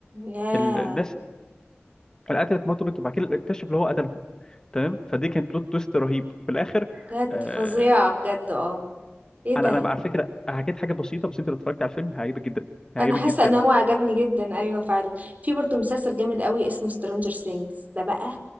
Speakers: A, on the right (about 40°); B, on the left (about 15°).
A: ياه
B: ال- الناس اللي قتلت مراته وبنته وبعد كده اكتشف اللي هو قتلهم تمام فدي كانت بلوت تويست رهيب في الاخر
A: بجد
B: آه،
A: فظيعة بجد اه ايه
B: انا
A: ده
B: انا على فكره حكيت حاجه بسيطه بس انت لو اتفرجت على الفيلم هيعجبك جدا هيعجبك
A: انا حاسة
B: جدا
A: ان هو عجبني جدا ايوه فعلا في برضه مسلسل جامد قوي اسمه سترانجر سينجز ده بقى